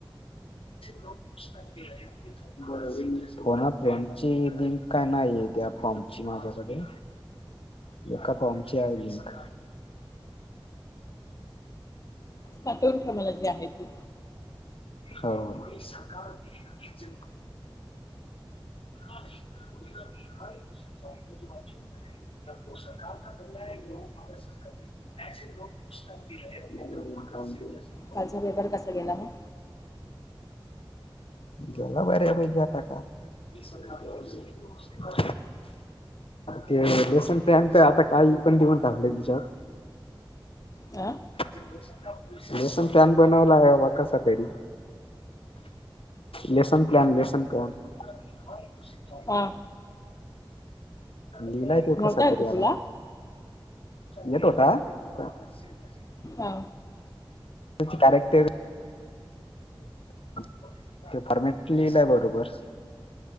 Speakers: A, on the left; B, on the left.
A: लोतरथ. <unintelligible> हो ना फ्रेंड ची लिंक काय नाहीय त्या फॉममची मासाठी. एका फॉर्मची आहे लिंक.
B: पाठवून ठेवायला जी आहे ती.
A: हो. <inaudible> <inaudible> <inaudible>
B: कालचा पेपर कसा गेला मग?
A: गेला बऱ्या पैकी आता काय. <inaudible> ते लेसन फॅम तर आता काल पण दिवस धरलाय तिच्यात.
B: हा
A: <inaudible> लेसन पॅन बनवला आहे हबा कसा तरी लेसन प्लन, लेसन प्लॅन. <inaudible>
B: हा.
A: लिलाय तो
B: नव्हता
A: कसा
B: येतो
A: तरी आता
B: तुला
A: येत होता. ब <inaudible>
B: हा.
A: त्याचे कॅरेक्टर <inaudible> ते फॉर्मेटच लिहिलाय बरोबर.